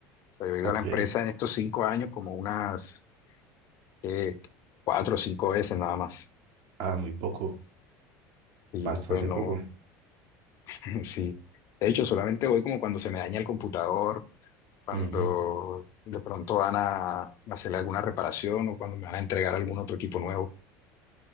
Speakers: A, on the left (about 45°); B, on the right (about 60°).
A: O sea, yo he ido
B: Ok.
A: a la empresa en estos cinco años como unas eh, cuatro o cinco veces nada más.
B: Ah, muy poco.
A: Y
B: Bastante
A: pues no,
B: poco.
A: <laughs> sí. De hecho, solamente voy como cuando se me daña el computador, cuando
B: Ujú,
A: de pronto van a hacerle alguna reparación o cuando me van a entregar algún otro equipo nuevo.